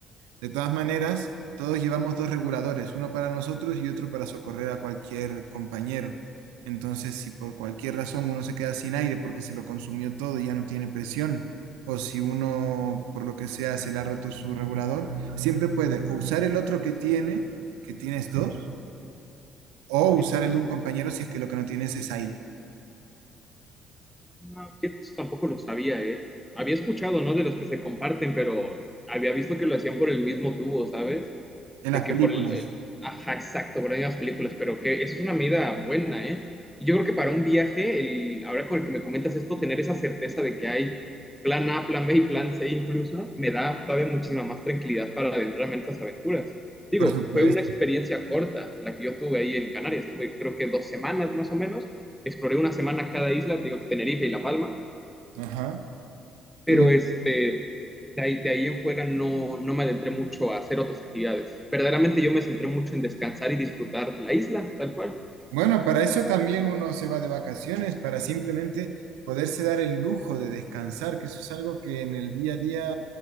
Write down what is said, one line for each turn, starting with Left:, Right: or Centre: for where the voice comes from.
Right: De todas maneras, todos llevamos dos reguladores, uno para nosotros y otro para socorrer a cualquier compañero. Entonces, si por cualquier razón uno se queda sin aire porque se lo consumió todo y ya no tiene presión, o si uno, por lo que sea, se le ha roto su regulador, siempre puede o usar el otro que tiene, que tienes dos, o usar
Centre: Sí.
Right: el de un compañero si es que lo que no tienes es aire.
Centre: No, fíjate, eso tampoco lo sabía, ¿eh? Había escuchado, ¿no? De los que se comparten, pero había visto que lo hacían por el mismo tubo, ¿sabes?
Right: En
Centre: de
Right: las
Centre: que
Right: películas,
Centre: por el, el- ajá, exacto, por las mismas películas, pero que eso es una medida buena, ¿eh? Y yo creo que para un viaje, el, ahora con el que me comentas esto, tener esa certeza de que hay plan A, plan B y plan C incluso, me da todavía muchísima más tranquilidad para adentrarme en estas aventuras. Digo,
Right: por supuesto.
Centre: fue una experiencia corta la que yo tuve ahí en Canarias, estuve creo que dos semanas más o menos, exploré una semana cada isla, digo que Tenerife y La Palma,
Right: Ajá. Qué
Centre: pero
Right: bien.
Centre: este de ahí, de ahí en fuera no, no me adentré mucho a hacer otras actividades. Verdaderamente yo me centré mucho en descansar y disfrutar la isla, tal cual.
Right: Bueno, para eso también uno se va de vacaciones, para simplemente poderse dar el lujo de descansar, que eso es algo que en el día a día